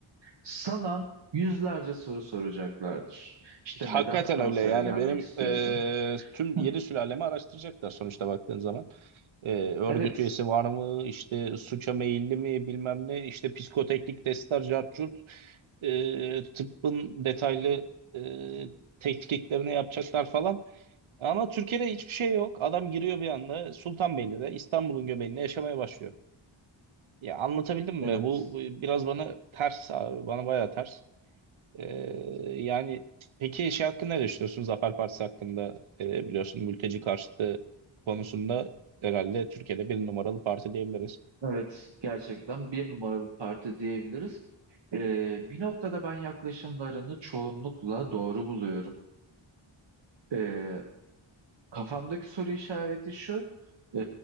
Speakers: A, on the right; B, on the right.
A: Sana yüzlerce soru soracaklardır. İşte
B: Hakikaten
A: neden Fransa'ya
B: öyle yani
A: gelmek
B: benim
A: istiyorsun?
B: e, tüm
A: <laughs>
B: yeni
A: Heh.
B: sülalemi araştıracaklar sonuçta baktığın zaman. E, örgüt
A: Evet,
B: üyesi var mı? İşte suça meyilli mi bilmem ne. İşte psikoteknik testler, cart curt. E, tıbbın detaylı e, tetkiklerini yapacaklar falan. Ama Türkiye'de hiçbir şey yok. Adam giriyor bir anda Sultanbeyli'de İstanbul'un göbeğinde yaşamaya başlıyor. Ya anlatabildim mi?
A: evet,
B: Bu bu biraz bana ters abi. Bana bayağı ters. Ee, yani peki şey hakkında ne düşünüyorsun? Zafer Partisi hakkında Ee, biliyorsun mülteci karşıtı konusunda herhalde Türkiye'de bir numaralı parti diyebiliriz.
A: evet. Gerçekten bir numaralı parti diyebiliriz. Ee, bir noktada ben yaklaşımlarını çoğunlukla doğru buluyorum. Ee, kafamdaki soru işareti şu, e,